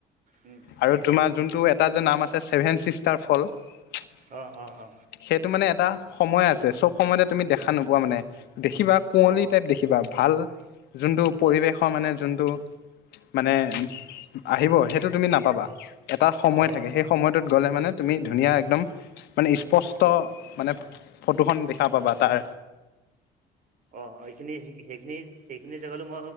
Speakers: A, on the right; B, on the left.
A: উম
B: আৰু তোমাৰ যোনটো এটা যে নাম আছে ছেভেন ছিষ্টাৰ ফল। <unintelligible>
A: অ অ অ
B: সেইটো মানে এটা সময় আছে, চব সময়তে তুমি দেখা নোপোৱা মানে। <unintelligible> দেখিবা কুঁৱলী
A: অ
B: টাইপ দেখিবা, ভাল <unintelligible> যোনটো পৰিৱেশৰ মানে যোনটো মানে আহিব <unintelligible> সেইটো তুমি নাপাবা। এটা সময়
A: অ অ
B: থাকে সেই
A: অ
B: সময়ত <unintelligible> ত, গ'লে মানে তুমি ধুনীয়া একদম, মানে ইচপষ্ট মানে ফটোখন দেখা পাবা তাৰ।
A: অ, অ, এইখিনি সেইখিনি-সেইখিনি জেগালৈ মই